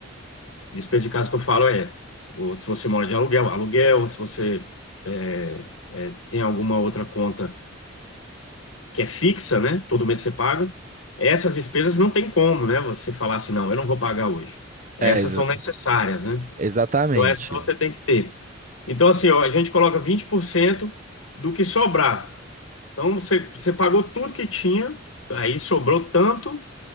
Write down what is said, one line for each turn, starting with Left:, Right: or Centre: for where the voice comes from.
Left: Despesa de casa que eu falo é, ou se você mora de aluguel, aluguel, se você é, é, tem alguma outra conta que é fixa, né? Todo mês você paga. Essas despesas não tem como, né? Você falar assim, não, eu não vou pagar hoje. Essas
Right: É, exa-
Left: são necessárias, né?
Right: exatamente.
Left: Então essas você tem que ter. Então assim, ó, a gente coloca 20% do que sobrar. Então você, você pagou tudo que tinha, aí sobrou tanto,